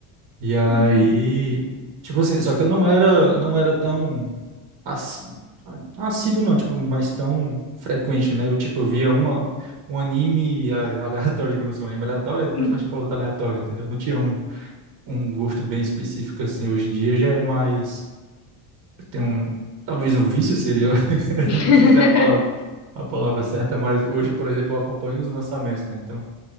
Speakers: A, on the right; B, on the left.
A: E aí,
B: Uhum.
A: tipo assim, só que eu não era, não era tão assi- assíduo, não, tipo, mas tão frequente, né? Eu, tipo, eu via um, um anime a- aleatório, <laughs> digamos assim, um anime aleatório, e depois
B: Uhum.
A: partia pra outro aleatório, entendeu? Não tinha um, um gosto bem específico, assim. Hoje em dia já é mais... Tem um... Talvez um vício seria <laughs>
B: <laughs>
A: Eu Não sei se é a palavra, a palavra certa, mas hoje, por exemplo, eu acompanho os lançamentos, né? Então,